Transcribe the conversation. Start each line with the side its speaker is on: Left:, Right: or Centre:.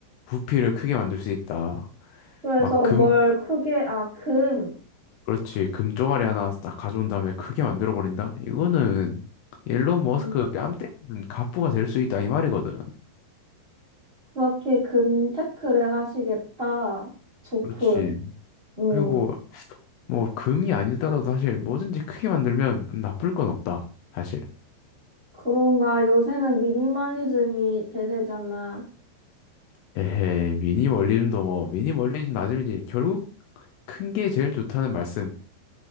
Left: 부피를 크게 만들 수 있다.
Right: 그래서
Left: 막 금,
Right: 뭘 크게, 아, 금.
Left: 그렇지. 금 쪼가리 하나 딱 가져온 다음에 크게 만들어 버린다. 이거는 일론 머스크
Right: 음,
Left: 뺨 때리는 갑부가 될 수 있다 이 말이거든.
Right: 그렇게 금 테크를 하시겠다. 좋군.
Left: 그렇지.
Right: 응.
Left: 그리고 뭐 금이 아니더라도 사실 뭐든지 크게 만들면 나쁠 건 없다. 사실.
Right: 그런가? 요새는 미니멀리즘이 대세잖아.
Left: 에헤이 미니멀리즘도 뭐 미니멀리즘 나름이지 결국 큰 게 제일 좋다는 말씀.